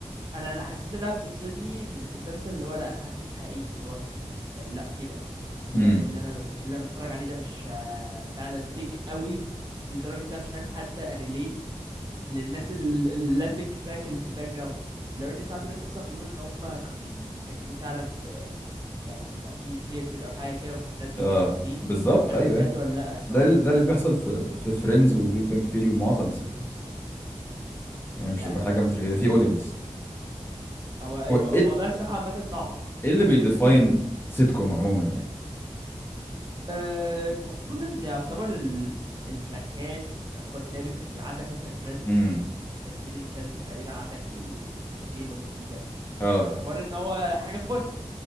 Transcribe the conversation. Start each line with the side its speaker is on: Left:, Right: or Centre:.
Right: انا انا حسيت انها بتفصلني من المسلسل اللي هو لا انا حاسه مش حقيقي اللي هو يعني لا ايه ده اللي,
Left: امم
Right: اللي انا ب- اللي انا بتفرج عليه ده مش آه، فعلا فيك قوي لدرجه لا مش عارف حتى relate للناس اللابينج تراك اللي في الباك جراوند لو ان ساعات الناس اصلا بيقولوا ان هم كانوا بي... بيسجلوه فعلا في يعني بيبقى في ثياتر او حاجه كده والناس بيبقوا
Left: اه
Right: موجودين
Left: بالظبط
Right: مش عارف
Left: ايوه
Right: ده بجد
Left: ايوه
Right: ولا لا الصراحه
Left: ده ال- ده اللي بيحصل في في فريندز وبيج بانج ثيري ومعظم السيت كومز يعني مش
Right: لا
Left: تبقى
Right: يعني
Left: حاجه متركبه
Right: بس آه،
Left: في اودينس
Right: هو المو-
Left: هو ايه
Right: الموضوع الصراحه عامه صعب
Left: إيه اللي
Right: <laughs>
Left: بيديفاين سيت كوم عموما يعني
Right: آه، المفروض ان يعتبر ال- المكان يعتبر ثابت يعني عندك مثلا فريندز
Left: امم
Right: كسبيل المثال انت تقريبا عندك ال- الكافيه اللي هم فيه ده
Left: اه
Right: وحوار ان هو حاجه فوني